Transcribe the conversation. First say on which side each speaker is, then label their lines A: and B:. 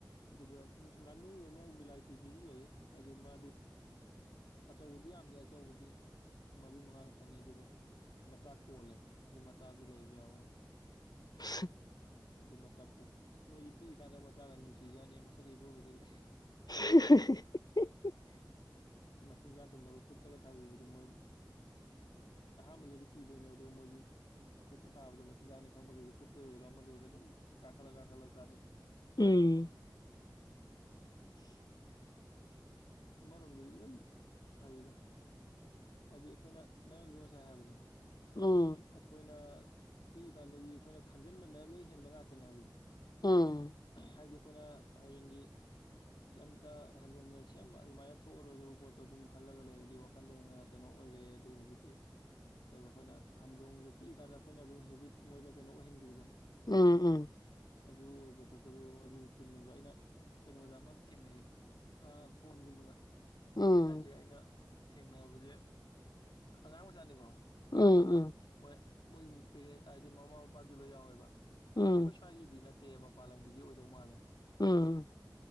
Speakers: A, on the left; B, on the left.
A: ꯑꯗꯨꯒ ꯉꯥꯅꯨ ꯑꯃ ꯚꯦꯂꯥꯏꯇꯤꯗꯨꯁꯨ ꯂꯩ ꯍꯥꯏꯗꯤ ꯃꯥꯗꯤ ꯑꯆꯧꯕꯗꯤ ꯌꯥꯝꯗꯦ ꯑꯆꯧꯕꯗꯤ ꯃꯔꯤ ꯃꯉꯥ ꯈꯛꯇꯅꯦ ꯑꯗꯨꯒ ꯃꯆꯥ ꯀꯣꯜꯂꯦ ꯑꯗꯨ ꯃꯆꯥꯁꯨ ꯂꯩꯕ ꯌꯥꯎꯋꯦ
B: <unintelligible> <inaudible>
A: ꯍꯥꯏꯗꯤ ꯃꯆꯥ ꯄꯣꯛꯄ ꯑꯁ ꯃꯣꯏꯁꯦ ꯄꯤ ꯀꯥꯟꯗ ꯃꯆꯥꯒ ꯅꯨꯡꯁꯤꯖꯅ ꯃꯁꯛꯒꯤ ꯏꯐ ꯐꯖꯒꯦ
B: <unintelligible> <inaudible>
A: ꯃꯆꯤꯟꯖꯥꯛ ꯀꯨꯝꯕꯒ ꯈꯨꯠꯇꯒ ꯊꯥꯕꯤꯕꯗꯣ ꯃꯣꯏ ꯑꯍꯥꯟꯕꯗꯗꯤ ꯀꯤꯗꯣꯏꯅꯦ ꯑꯗꯨꯒ ꯃꯣꯏꯁꯨ ꯈꯨꯠꯇ ꯊꯥꯕꯗꯣ ꯃꯆꯤꯟꯖꯥꯛꯅꯤ ꯈꯪꯕꯗꯩꯗꯤ ꯈꯨꯠꯇ ꯑꯣꯏꯔꯣ ꯑꯃꯗ ꯑꯣꯏꯔꯣ ꯑꯗꯨꯝ ꯀꯥꯈꯠꯂ ꯀꯥꯈꯠꯂ ꯆꯥꯗꯦ
B: ꯎꯝ <inaudible> <unintelligible>
A: ꯑꯃꯔꯣꯝꯗꯗꯤ ꯂꯣꯏ ꯐꯔꯤꯗ ꯍꯥꯏꯗꯤ ꯑꯩꯈꯣꯏꯅ ꯅꯪꯅꯁꯨ ꯉꯁꯥꯏ ꯍꯥꯏꯕꯗꯣ
B: ꯎꯝ ꯎꯝ
A: ꯑꯩꯈꯣꯏꯅ ꯄꯤ ꯀꯥꯟꯗꯒꯤ ꯑꯩꯈꯣꯏꯅ ꯈꯟꯖꯟꯕꯅ ꯂꯣꯏ ꯍꯦꯟꯕ ꯉꯥꯛꯇꯅꯦ ꯍꯥꯏꯕꯗꯣ
B: ꯍ <unintelligible> <inaudible>
A: ꯍꯥꯏꯗꯤ ꯑꯩꯈꯣꯏꯅ ꯍꯌꯦꯡꯒꯤ ꯀꯩꯝꯇ ꯍꯟꯖꯟꯖꯁꯤ ꯁꯦꯝꯕ ꯑꯗꯨꯃꯥꯏꯅ ꯊꯣꯛꯑꯔꯣꯏꯗꯕ ꯄꯣꯠꯇꯣ ꯑꯗꯨꯝ ꯈꯜꯂꯒ ꯂꯩꯔꯗꯤ ꯋꯥꯈꯟꯗ ꯍꯦꯟꯅ ꯀꯩꯅꯣ ꯑꯣꯏꯔꯛꯑꯦ ꯑꯗꯨꯒ ꯍꯧꯖꯤꯛꯀꯤ ꯀꯩꯣ ꯑꯩꯈꯣꯏꯅ ꯍꯪꯗꯣꯡꯗꯣ ꯄꯤꯛꯑꯀꯥꯟꯗ ꯑꯩꯈꯣꯏꯅ ꯑꯗꯨꯝ ꯍꯦꯕꯤꯠ ꯃꯣꯏꯗ ꯀꯩꯅꯣ ꯑꯣꯏꯍꯟꯈꯤꯕꯗꯣ
B: ꯎꯝ ꯎꯝ
A: ꯑꯗꯨ ꯑꯣꯏꯕ ꯈꯣꯠꯄꯗꯣ ꯑꯗꯨꯗꯣ ꯆꯨꯝꯃꯦꯕ ꯑꯩꯅ ꯀꯩꯅꯣꯗ ꯑꯃ ꯊꯦꯡꯅꯩꯌꯦ ꯐꯣꯟꯒꯨꯝꯕꯗ
B: ꯎꯝ
A: ꯍꯥꯏꯗꯤ ꯑꯩꯅ ꯊꯦꯡꯅꯕꯁꯦ ꯑꯉꯥꯡ ꯃꯆꯥꯅꯤꯀꯣ
B: ꯎꯝ ꯎꯝ <inaudible>
A: ꯃꯣꯏ ꯃꯣꯏꯒꯤ ꯄꯦꯔꯦꯟ ꯍꯥꯏꯗꯤ ꯃꯃꯥ ꯃꯄꯥꯁꯨ ꯂꯣꯏ ꯌꯥꯎꯋꯦꯕ
B: ꯎꯝ
A: ꯑꯗꯣ ꯑꯩꯈꯣꯏ ꯁ꯭ꯋꯥꯏꯒꯤꯗꯤ ꯅꯠꯇꯦ ꯇꯦ ꯃꯄꯥꯟ ꯂꯝꯒꯤꯗꯤ ꯑꯣꯏꯗꯧ ꯃꯥꯜꯂꯦ
B: ꯎꯝꯝ <unintelligible> <inaudible>